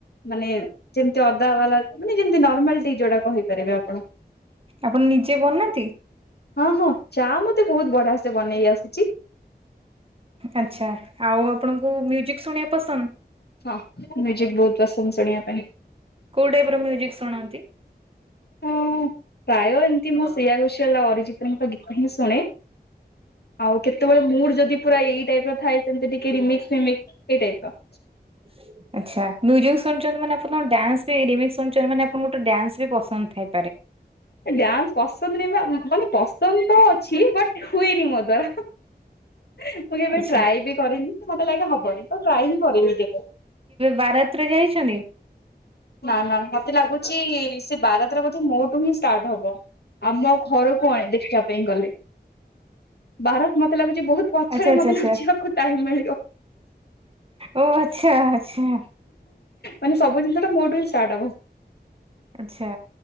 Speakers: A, on the left; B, on the right.
A: ମାନେ ଯେମତି ଅଦା ୱାଲା ମାନେ ଯେମତି ନର୍ମାଲ ଟି ଯୋଉଟା କହିପାରିବେ। ଆପଣ।
B: ଆପଣ ନିଜେ ବନାନ୍ତି?
A: ହଁ ହଁ ଚା ମତେ ବହୁତ ବଢିଆ ସେ ବନେଇ ଆସୁଚି।
B: ଆଚ୍ଛା ଆଉ ଆପଣଙ୍କୁ ମ୍ୟୁଜିକ ଶୁଣିବା ପସନ୍ଦ।
A: ହଁ ମ୍ୟୁଜିକ ବହୁତ ପସନ୍ଦ ଶୁଣିଆ ପାଇଁ।
B: କୋଉ ଟାଇପର ମ୍ୟୁଜିକ ଶୁଣନ୍ତି?
A: ହଁ ପ୍ରାୟ ଏମତି ମୁଁ ଶ୍ରେୟା ଘୋସେଲ ଆଉ ଅରିଜିତଙ୍କ ଗୀତ ହିଁ ଶୁ ଶୁଣେ ଆଉ କେତେବେଳେ ମୁଡ୍ ଯଦି ପୁରା ଏଇ ଟାଇପର ଥାଏ। ସେମିତି ଟିକେ ରିମିକ୍ସ ଫିମିକ୍ସ ସେଇ ଟାଇପର।
B: ହ ଆଚ୍ଛା ମ୍ୟୁଜିକ ଶୁଣଛନ୍ତି ମାନେ ଆପଣଙ୍କୁ ଡ୍ୟାନ୍ସ ବି ରିମିକ୍ସ ଶୁଣଛନ୍ତି ମାନେ ଆପଣଙ୍କୁ ତ ଡ୍ୟାନ୍ସ ବି ପସନ୍ଦ ଥାଏ।
A: ଡ୍ୟାନ୍ସ ପସନ୍ଦ ନାହିଁ ବା ମାନେ ପସନ୍ଦ ତ ଅଛି ବଟ ହୁଏନି ମୋ ଦ୍ଵାରା। ମୁଁ କେବେ
B: ଆଚ୍ଛା
A: ଟ୍ରାଏ ବି କରିନି ମତେ ଲାଗେ ହବନି ତ ଟ୍ରାଏ ବି କରିନି କେବେ।
B: ବାରାତ୍ର ଯାଇଛନ୍ତି।
A: ନା ନା ମତେ ଲାଗୁଚି ସେ ବାରାତ୍ର ବୋଧେ ମୋଠୁ ହିଁ ଷ୍ଟାର୍ଟ ହବ। ଆମ ଘରକୁ ଆଣେ ଦେଖିବା ପାଇଁ ଗଲେ। ବାରାତ ମତେ ଲାଗୁଚି ବହୁତ ପଛରେ
B: ଆଚ୍ଛା ଆଚ୍ଛା
A: ମତେ
B: ଆଚ୍ଛା
A: ନଚିବାକୁ ଟାଇମ ମିଳିବ।
B: ଓ ଆଚ୍ଛା ଆଚ୍ଛା।
A: ମାନେ ସବୁ ଜିନିଷଟା ମୋଠୁ ହିଁ ଷ୍ଟାର୍ଟ ହବ।
B: ଆଚ୍ଛା